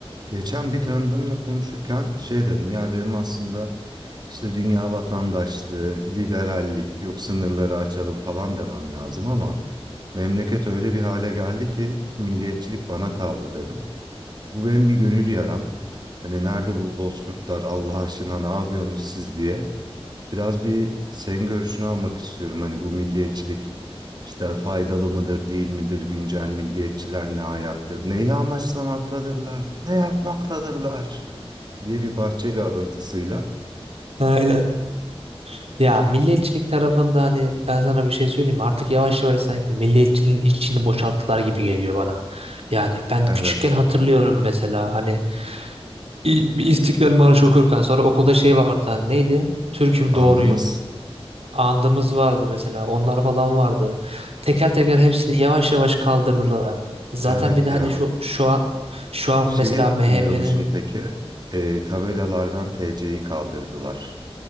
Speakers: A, on the right; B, on the right.
A: Geçen bir tanıdığımla konuşurken şey dedim ya benim aslında işte dünya vatandaşlığı, liberallik, yok sınırları açalım falan demem lazım ama memleket öyle bir hale geldi ki milliyetçilik bana kaldı dedim. Bu benim bir gönül yaram. Hani nerede bu bozkurtlar Allah aşkına ne yapıyorsunuz siz diye. Biraz bir senin görüşünü almak istiyorum hani bu milliyetçilik işte faydalı mıdır, değil midir, güncel milliyetçiler ne ayaktır, neyi amaçlamaktadırlar, ne yapmaktadırlar diye bir Bahçeli alıntısıyla.
B: Aynen. Ya milliyetçilik tarafında hani ben sana bir şey söyleyeyim mi? Artık yavaş yavaş sanki milliyetçiliğin içini boşalttılar gibi geliyor bana. Yani ben küçükken
A: Evet,
B: hatırlıyorum mesela hani i- bir İstiklal Marşı okurken sonra okulda şey vardı hani neydi? Türk'üm
A: andımız,
B: doğruyum. Andımız vardı mesela onlar falan vardı. Teker teker hepsini yavaş yavaş kaldırdılar. Zaten
A: evet
B: bir de hani
A: ya.
B: şu şu an şu an
A: Şeyi
B: mesela
A: hatırlıyor
B: MHP'nin
A: musun peki? Ee, tabelalardan TC'yi kaldırdılar.